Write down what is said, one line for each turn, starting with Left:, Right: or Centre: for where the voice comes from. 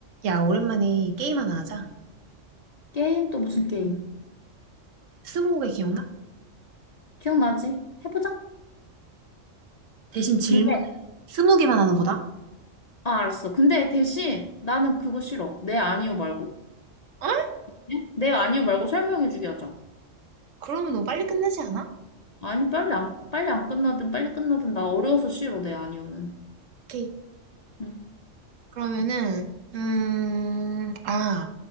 Right: 야, 오랜만에 게임 하나 하자.
Left: 게임 또 무슨 게임?
Right: 응. 스무고개 기억나?
Left: 기억나지? 해보자.
Right: 대신 질문
Left: 근데
Right: 스무 개만 하는 거다.
Left: 아 알았어. 근데 대신 나는 그거 싫어. 네 아니요 말고.
Right: 어?
Left: 네? 네 아니요 말고 설명해주게 하자.
Right: 그러면 너무 빨리 끝나지 않아?
Left: 아니 빨리 안 빨리 안 끝나든 빨리 끝나든 나 어려워서 싫어. 네 아니요는.
Right: 오케이.
Left: 응.
Right: 그러면은, 음, 아,